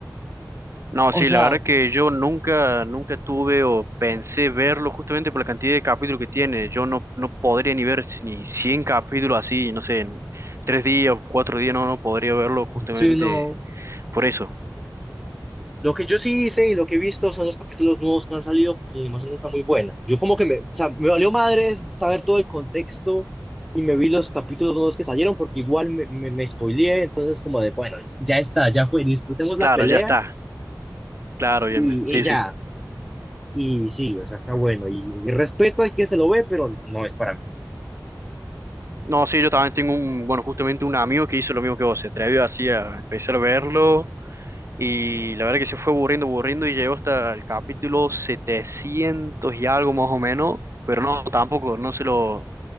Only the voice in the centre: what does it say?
O
sea,
sí, no.
Lo que yo sí hice y lo que he visto son los capítulos nuevos que han salido porque la animación está muy buena. Yo como que me, o sea, me valió madres saber todo el contexto y me vi los capítulos nuevos que salieron porque igual me, me, me spoileé, entonces como de, bueno, ya está, ya fue, disfrutemos la
pelea
y,
y ya.
Y sí, o sea, está bueno. Y, y respeto al que se lo ve, pero no es para mí.